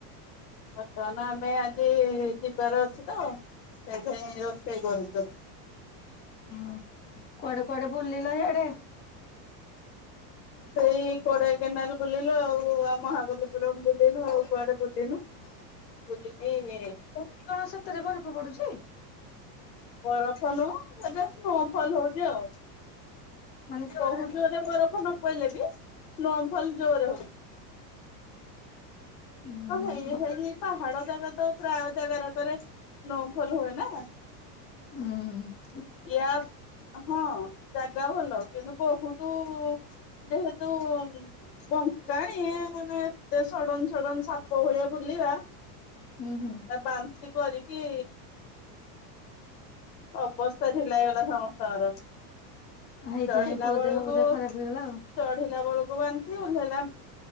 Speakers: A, on the left (about 85°); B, on the left (about 20°).
A: ବର୍ତ୍ତମାନ ଆମେ ଆଜି ଯିବାର ଅଛି ତ ସେଥିପାଇଁ ରୋଷେଇ କରୁଛୁ।
B: ଓହୋ କୁଆଡ଼େ କୁଆଡ଼େ ବୁଲିଲ ହିଆଡ଼େ?
A: ସେଇ କୋଡ଼େଇ କେନାଲ ବୁଲିଲୁ ଆଉ ମହାବଲୀପୁରମ ବୁଲିଲୁ ଆଉ କୁଆଡ଼େ ବୁଲିନୁ? ବୁଲିକି।
B: ସେଠି କଣ ସତରେ ବରଫ ପଡୁଛି?
A: ବରଫ ନୁହଁ ଏଟା ସ୍ନୋଫଲ ହଉଛି ଆଉ।
B: ମାନେ ଜୋରେ
A: ବହୁତ୍ ଜୋରରେ ଜୋରରେ ବରଫ ନ ପଡ଼ିଲେ ବି ସ୍ନୋଫଲ୍ ଜୋରରେ ହଉଛି।
B: ହୁଁ
A: ହଁ ହେଇ
B: ଭଲ
A: ହେଇ ପାହାଡ଼ ଜାଗା ତ ପ୍ରାୟ ଜାଗାରେକରେ ସ୍ନୋଫଲ ହୁଏ ନା।
B: ହଁ।
A: ଏହା। ହଁ ଜାଗା ଭଲ କିନ୍ତୁ ବହୁତ ଯେହେତୁ ବଙ୍କାଣି ମାନେ ଏତେ ସଡ଼ନ୍ ସଡ଼ନ୍ ସାପ ଭଳିଆ ବୁଲିବା।
B: ହୁଁ ହୁଁ।
A: ଆ ବାନ୍ତି କରିକି। ଅବସ୍ଥା ଢିଲା ହେଇଗଲା ସମସ୍ତଙ୍କର।
B: ହେଇଥିପାଇଁ
A: ଚଢିଲା
B: ପୁଅ
A: ବେଳକୁ
B: ଦେହ ବୋଧେ ଖରାପ ହେଇଗଲା ଆଉ।
A: ଚଢିଲା ବେଳକୁ ବାନ୍ତି ଓଲ୍ହେଇଲା।